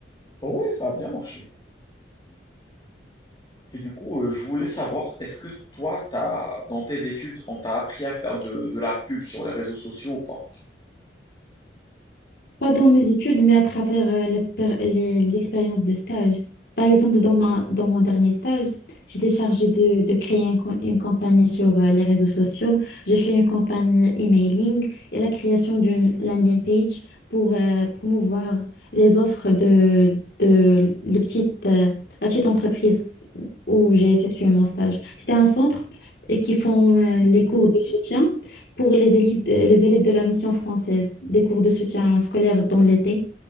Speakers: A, on the left (about 25°); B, on the left (about 60°).
A: ouais, ça a bien marché et du coup, heu, je voulais savoir, est-ce que toi, t'as dans tes études, on t'a appris à faire de de la pub sur les réseaux sociaux ou pas?
B: Pas dans mes études, mais à travers euh, les, per- les- les expériences de stage. Par exemple, dans ma, dans mon dernier stage, j'étais chargée de, de créer un co- une campagne sur euh, les réseaux sociaux. J'ai fait une campagne emailing et la création d'une landing page pour euh, promouvoir les offres de, de le petite, euh, la petite entreprise où j'ai effectué mon stage. C'était un centre euh, qui font euh,
A: Mhm.
B: les cours de soutien pour les élèves de, les élèves de la mission française, des cours de soutien scolaire dans l'été.